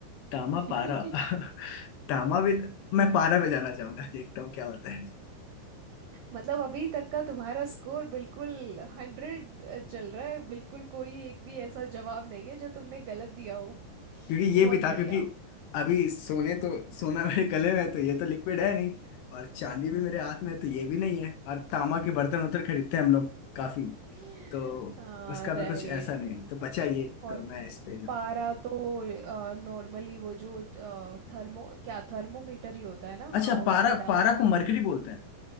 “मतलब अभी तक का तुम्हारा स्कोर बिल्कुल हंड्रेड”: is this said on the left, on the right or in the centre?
Right